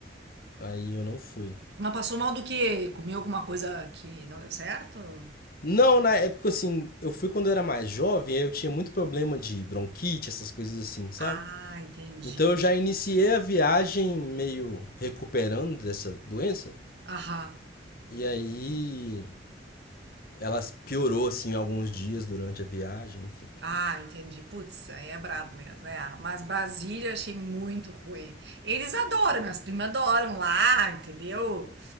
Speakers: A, on the left (about 55°); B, on the right (about 65°).
A: Aí eu não fui.
B: Mas passou mal do quê? Comeu alguma coisa que não deu certo?
A: Não, na época assim, eu fui quando eu era mais jovem, aí eu tinha muito problema de bronquite, essas coisas assim, sabe?
B: Ah, entendi.
A: Então eu já iniciei a viagem meio recuperando dessa doença.
B: Aham.
A: E aí Ela piorou, assim, alguns dias durante a viagem, enfim.
B: Ah, entendi. Putz, aí é brabo mesmo. É. Mas Brasília achei muito ruim. Eles adoram, minhas primas adoram lá, entendeu?